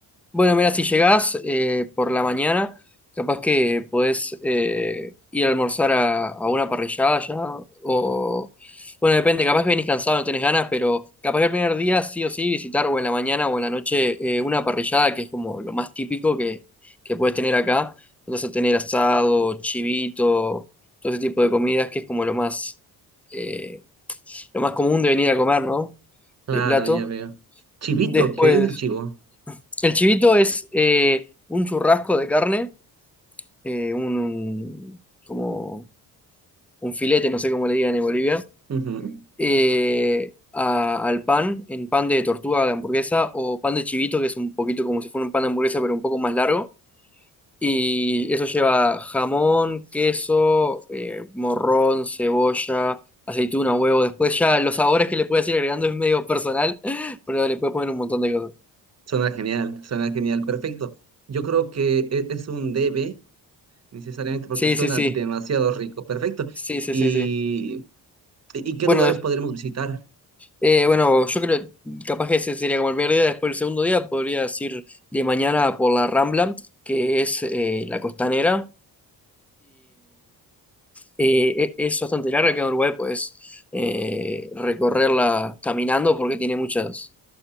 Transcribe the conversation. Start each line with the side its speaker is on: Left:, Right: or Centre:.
Centre: Bueno, mira, si llegás eh, por la mañana, capaz que podés eh, ir a almorzar a, a una parrillada ya, o... Bueno, depende, capaz que venís cansado, no tenés ganas, pero capaz que el primer día sí o sí visitar o en la mañana o en la noche eh, una parrillada, que es como lo más típico que, que puedes tener acá. Vas a tener asado, chivito, todo ese tipo de comidas, que es como lo más, eh, lo más común de venir a comer, ¿no?
Right: Claro,
Centre: De plato.
Right: ya veo. Chivito,
Centre: Después...
Right: ¿qué es el chivo?
Centre: El chivito es eh, un churrasco de carne, eh, un, un- como un filete, no sé cómo le digan en Bolivia,
Right: Ujú.
Centre: eh, a- al pan, en pan de tortuga de hamburguesa o pan de chivito, que es un poquito como si fuera un pan de hamburguesa, pero un poco más largo. Y eso lleva jamón, queso, eh, morrón, cebolla, aceituna, huevo. Después ya los sabores que le puedes ir agregando es medio personal, <laughs> pero le puedes poner un montón de cosas.
Right: Suena genial, suena genial, perfecto. Yo creo que e- es un debe, necesariamente, porque
Centre: Sí,
Right: suena
Centre: sí, sí.
Right: demasiado rico, perfecto.
Centre: Sí, sí,
Right: ¿Y,
Centre: sí, sí.
Right: y qué
Centre: Bueno,
Right: lugares podremos visitar?
Centre: Eh, bueno, yo creo, capaz que ese sería como el primer día, después el segundo día podrías ir de mañana por la Rambla, que es eh, la costanera, eh, e- es bastante larga, que en Uruguay puedes eh, recorrerla caminando porque tiene muchas,